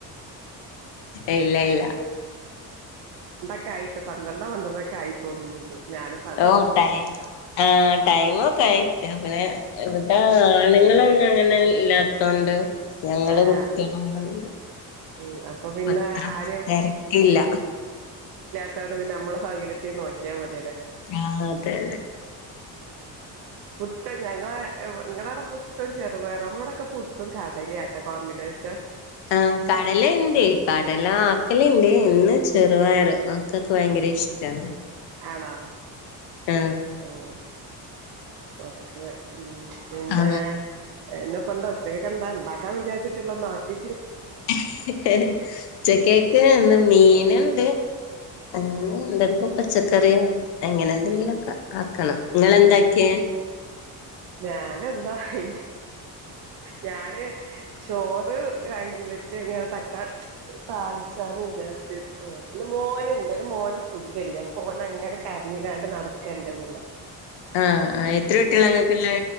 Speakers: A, on the left; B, on the right.
A: ഇല്ല ഇല്ല
B: ക്കായിട്ട് പന്ത്രണ്ടോ പന്ത്രണ്ടൊക്കെ ആയി തോന്നുന്നുണ്ട് ഞാനും സമ്മതം
A: ഓഹ ആഹ്
B: കിട്ടുന്നില്ല
A: ടൈം ആ ടൈമൊക്കെയി പിന്നെ ആഹ് അണുങ്ങളൊന്നും അങ്ങനെ ഇല്ലാത്തോണ്ട് ഞങ്ങള്
B: ആഹ്
A: കുട്ടികളോട്
B: ഉം
A: <unintelligible>
B: അപ്പൊ പിന്നെ
A: അത്ര
B: ആരും
A: തിരക്കില്ല
B: ത്താണ് പിന്നെ മ്മള സൗകര്യത്തി നോക്കിയാമതി
A: ആ അതെതെ
B: ആ പുട്ട് ഞങ്ങളേ ഇങ്ങളടെ പുട്ടും ചെറുപയറും നമ്മളടൊക്കെ പുട്ടും കടലിം ആ നല്ല കോമ്പിനേഷൻ
A: ആ കടലേണ്ട് ക എല്ലാ ആക്കലിണ്ട് ഇന്ന് ചെറുപയറ് മക്കൾക്ക് ഭയങ്കര ഇഷ്ടാണ്
B: ആണോ
A: ആ
B: ഉം മക്കള് ഉം പിന്നെ
A: ആ
B: എന്ന ഇപ്പ എന്താ? ഉച്ചക്കൊക്കെന്ത ഇണ്ടാക്കാൻ വിചാരിച്ചിട്ട്ള്ള നോക്കി
A: <unintelligible> ഉച്ചക്കേക്ക് ഇന്ന് മി മീന്ണ്ട് അങ്ങനെ എന്തെങ്കും പച്ചക്കറി യൊ അങ്ങനെ എന്തെങ്കിലു ഒക്ക ആക്കണം. ഇങ്ങളെന്താക്കിയെ?
B: ഞാന് എന്താ ഹി ഞാന് ചോറ്കഴിഞ്ഞ് വെച്ചെങ്ങനെ തക്കാളി താളിച്ചാന്ന് വിചാരിച്ച്ട്ടേ ഇന്ന് മോന്ണ്ട്. ഇന്ന് മോന് സുഖല്ല അപ്പ ഓനങ്ങനെ കരഞ്ഞ്ക്കാണ്ട് നടക്ക് ഇന്റ കൂടെ.
A: ആ എത്ര കുട്ടിളാ ഇങ്ങക്ക്ള്ളേ?